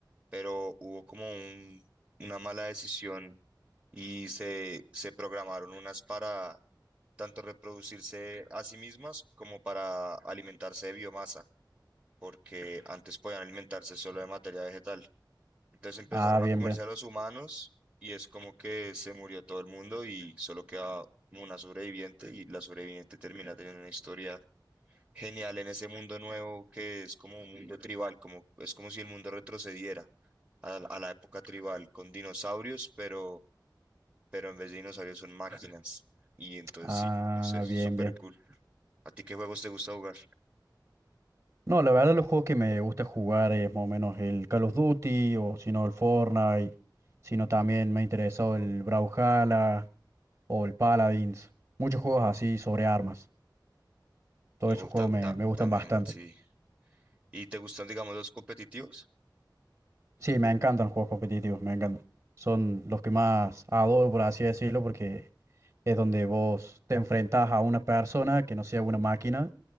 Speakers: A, on the right; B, on the right.
A: pero hubo como un- una mala decisión y se, se programaron unas para tanto reproducirse a sí mismas como para alimentarse de biomasa, porque antes podían alimentarse solo de materia vegetal. Entonces empezaron
B: Ah, bien,
A: a comerse
B: bien.
A: a los humanos y es como que se murió todo el mundo y solo queda como una sobreviviente y la sobreviviente termina teniendo una historia genial en ese mundo nuevo que es como un mundo tribal, como es como si el mundo retrocediera a, la a la época tribal con dinosaurios, pero, pero en vez de dinosaurios son máquinas. Y entonces
B: Ah,
A: sí, no sé, súper
B: bien, bien.
A: cool. ¿A ti qué juegos te gusta jugar?
B: No, la verdad los juegos que me gusta jugar es más o menos el Call of Duty o si no el Fortnite, sino también me ha interesado el Brawlhalla o el Paladins, muchos juegos así sobre armas. Todos esos
A: Oh, ta-
B: juegos
A: ta-
B: me, me gustan
A: también,
B: bastante.
A: sí. ¿Y te gustan, digamos, los competitivos?
B: Sí, me encantan los juegos competitivos, me encantan. Son los que más adoro, por así decirlo, porque es donde vos te enfrentás a una persona que no sea una máquina